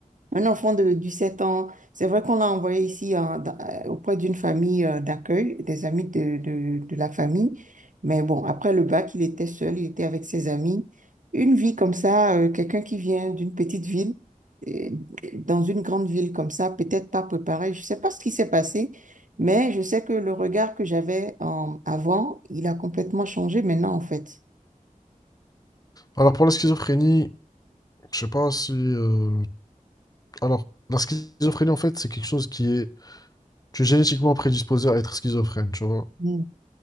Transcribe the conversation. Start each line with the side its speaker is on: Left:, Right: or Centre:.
Right: un enfant de 17 ans, c'est vrai qu'on l'a envoyé ici hein, dans- euh, auprès d'une famille euh, d'accueil, des amis de, de, de la famille. Mais bon, après le bac, il était seul, il était avec ses amis. Une vie comme ça, euh, quelqu'un qui vient d'une petite ville, euh, dans une grande ville comme ça, peut-être pas préparé. Je sais pas ce qui s'est passé, mais je sais que le regard que j'avais euh, avant, il a complètement changé maintenant, en fait.
Left: Alors pour la schizophrénie, je sais pas si... euh, Alors, la schizophrénie, en fait, c'est quelque chose qui est... Tu es génétiquement prédisposé à être schizophrène, tu vois.
Right: Hmm,